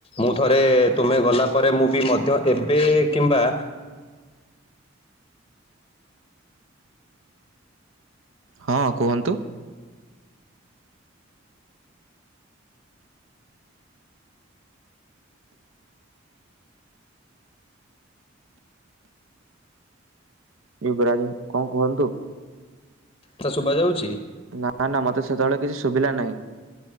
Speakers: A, on the left; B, on the right.
A: ମୁଁ ଥରେ ତୁମେ ଗଲା ପରେ ମୁଁ ବି ମଧ୍ୟ ଏବେ କିମ୍ବା
B: ହଁ କୁହନ୍ତୁ। ଯୁବରାଜ କଣ କୁହନ୍ତୁ।
A: ତା ଶୁବା ଯାଉଛି?
B: ନା ନା ମତେ ସେତବେଳେ କିଛି ସୁଭିଲା ନାହିଁ।